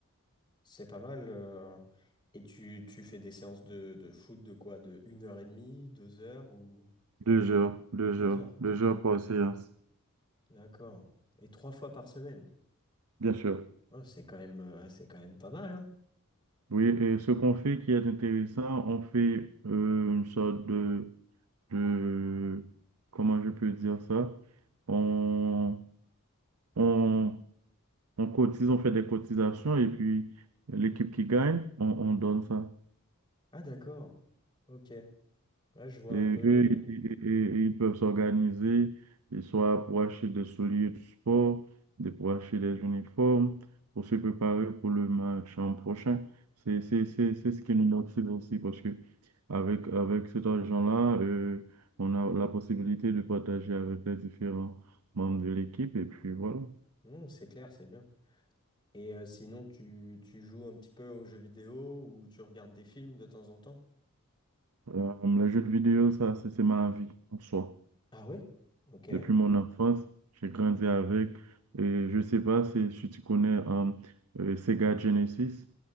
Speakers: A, on the left; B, on the right.
A: C'est pas mal. euh, Et tu, tu fais des séances de, de foot de quoi? De une heure et demie, deux heures ou
B: deux heures, deux
A: deux
B: heures,
A: heures.
B: deux heures par séance,
A: D'accord. Et trois fois par semaine.
B: bien sûr.
A: Ah, c'est quand même, euh, c'est quand même pas mal, hein.
B: Oui, et ce qu'on fait qui est intéressant, on fait euh, une sorte de, de, comment je peux dire ça? On, on, on cotise, on fait des cotisations et puis l'équipe qui gagne, on, on donne ça.
A: Ah, d'accord. Ok. Là, je vois
B: Et
A: un peu. euh,
B: eux, ils ils- ils- ils peuvent s'organiser, ils soit pour acheter des souliers de sport, des- pour acheter des uniformes, pour se préparer pour le match en prochain. C'est c'est- c'est- c'est ce qui nous motive aussi parce que avec, avec cet argent-là, euh, on a la possibilité de partager avec les différents membres de l'équipe. Et puis voilà.
A: hmm, c'est clair, c'est bien. Et euh, sinon, tu, tu joues un petit peu aux jeux vidéo ou tu regardes des films de temps en temps?
B: Euh, les jeux de vidéo, ça, c'est c'est ma vie en soi.
A: Ah oui? Ok.
B: Depuis mon enfance, j'ai grandi avec, et je sais pas si, si tu connais euh, euh, Sega Genesis.